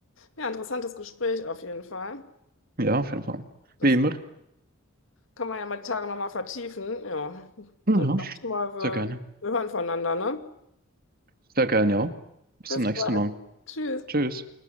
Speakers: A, on the left; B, on the right.
A: Ja, interessantes Gespräch auf jeden Fall.
B: Ja, auf jeden Fall.
A: Das
B: Wie immer.
A: kann man ja mal die Tage nochmal vertiefen. Ja,
B: Hm.
A: dann
B: Ja,
A: sag ich mal, wir,
B: sehr gerne.
A: wir hören voneinander, ne?
B: Sehr gerne, ja. Bis
A: Bis
B: zum nächsten
A: bald.
B: Mal.
A: Tschüss.
B: Tschüss.